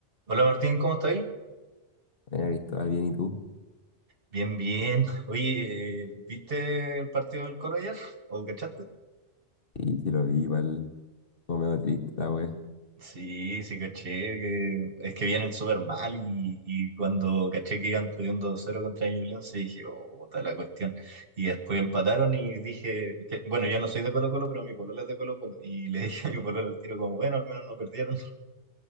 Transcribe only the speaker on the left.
Eh, Cristóbal, bien, ¿y tú?
Sí, sí lo vi, igual como medio triste la wea.